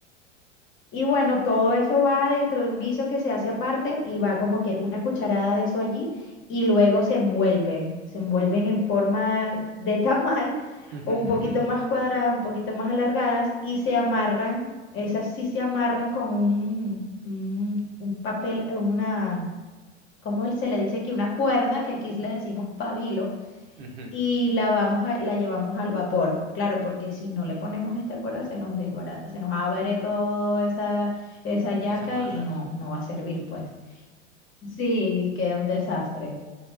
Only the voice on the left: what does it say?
Y bueno, todo eso va dentro de un guiso que se hace aparte y va como que una cucharada de eso allí y luego se envuelven, se envuelven en forma de tamal, <laughs>
o
un poquito más cuadradas, un poquito más alargadas y se amarran, esas sí se amarran con un, un, un papel, eh, una, ¿cómo se le dice aquí? Una cuerda, que aquí le decimos pabilo
y la vamos a, la llevamos al vapor. Claro, porque si no le ponemos esta cuerda se nos desbarata, se nos abre toda esa, esa yaca
y no, no va a servir, pues. Sí, queda un desastre.